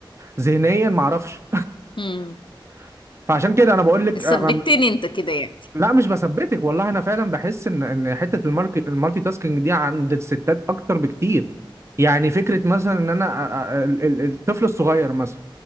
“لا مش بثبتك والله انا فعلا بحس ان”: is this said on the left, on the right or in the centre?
Right